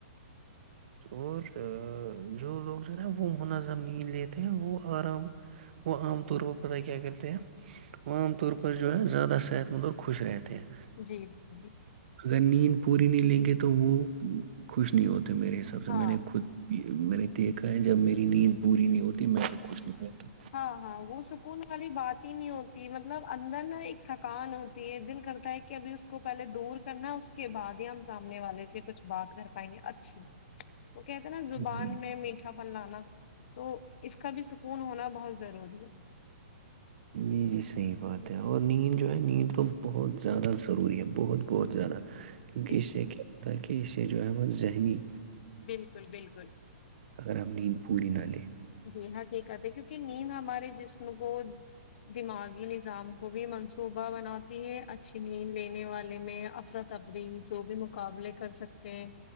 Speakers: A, on the right; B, on the left.
A: اور جو لوگ جو ہے نا وہ منظم نہیں لیتے وہ آرام وہ عام طور پر پتہ کیا کرتے ہیں وہ عام طور پر جو ہے زیادہ صحت مند اور خوش رہتے ہیں
B: جی جی جی
A: اگر نیند پوری نہیں لیں گے تو وہ خوش نہیں ہوتا تو میرے حساب سے
B: ہاں
A: میں نے خود میں نے دیکھا ہے جب میری نیند پوری نہیں ہو میں تو خوش نہیں رہتا
B: ہاں ہاں وہ سکون والی بات ہی نہیں ہوتی مطلب اندر نا ایک تھکان ہوتی ہے دل کرتا ہے کہ ابھی اس کو پہلے دور کرنا اس کے بعد ہی ہم سامنے والے سے کچھ بات کر پائیں گے اچھی وہ کہتے ہیں نا زبان
A: جی
B: میں میٹھا بن لانا تو اس کا بھی سکون ہونا بہت ضروری ہے
A: جی جی صحیح بات ہے اور نیند جو ہے نیند تو بہت زیادہ ضروری ہے بہت بہت زیادہ کیونکہ
B: جی
A: اسے کیا ہوتا کہ اسے جو احم ذہنی
B: بالکل بالکل
A: گ ہم نیند پوری نالے
B: جی ہاں کہ کہتے ہے کیونکہ نیند ہمارے جسم کو دماغی نظام کو بھی منصوبہ بناتی ہے اچھی نیند لینے والے میں افرتفری جو بھی مقابلے کر سکتے ہیں